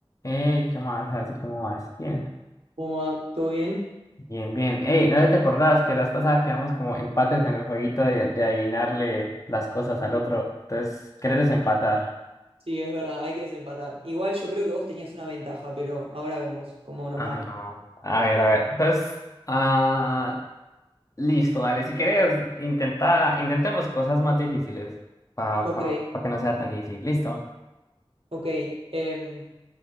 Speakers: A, on the left; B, on the right.
A: Ey, ¿qué más? Así como vas. Bien,
B: ¿Cómo va? ¿Todo bien?
A: bien, bien. Ey, ¿no te acordabas que las pasadas quedamos como empates en el jueguito de, de adivinarle las cosas al otro? Entonces, ¿querés desempatar?
B: Sí, es verdad, hay que desempatar. Igual yo creo que vos tenías una ventaja, pero ahora vemos cómo nos
A: Ah,
B: va.
A: no. no. A ver, a ver. Entonces, Ah, listo, dale. Si querés, intenta, intentemos cosas más difíciles para
B: Ok,
A: pa, pa pa que no sea tan easy. Listo.
B: ok. em,